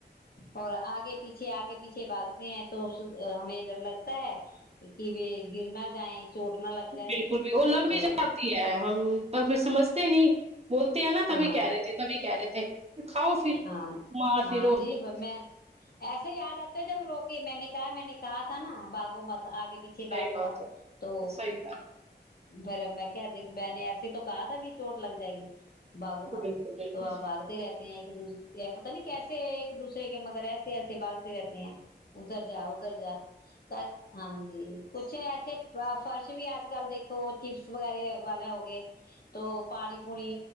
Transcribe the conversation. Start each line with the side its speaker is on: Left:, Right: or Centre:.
Left: اور آگے پیچھے آگے پیچھے باگتے ہیں تو اس ہمیں ڈر لگتا ہے کہ گر نہ جائیں چوٹ نہ لگ جائے
Right: بالکل بھی وہ لگ
Left: تو
Right: بھی جاتی ہے ہم ب سمجھتے نہیں بولتے ہیں نا تبھی
Left: ہاں
Right: کہہ رہتے ہیں تبھی کہہ رہتے ت کاؤ پھر
Left: ہاں
Right: بمار
Left: ہاں
Right: پھر
Left: جی
Right: کیا
Left: میں ایسے یاد آتا ہے جب روک میں نے کیا کیا میں نے کہا تھا نا باگو مت آگے پیچھے
Right: صحیح
Left: باگو
Right: بات
Left: مت تو
Right: ہے صحیح بات
Left: بھر میں کہ دھ بہ نے ایسے تو کہا تھا بھی چوٹ لگ جائے گی باگو مت
Right: بالکل بالکل
Left: تو آپ باگتے رہتے ہیں پت نہیں کیسے ایک دوسرے کے مگر ایسے ایسے باگتے رہتے ہیں ادھر جا ادھر جا ہاں ج جی کچھ ایسے فرش بھی آج کل دیکھو چپس وغیرہ والا ہوگئے تو پانی پونی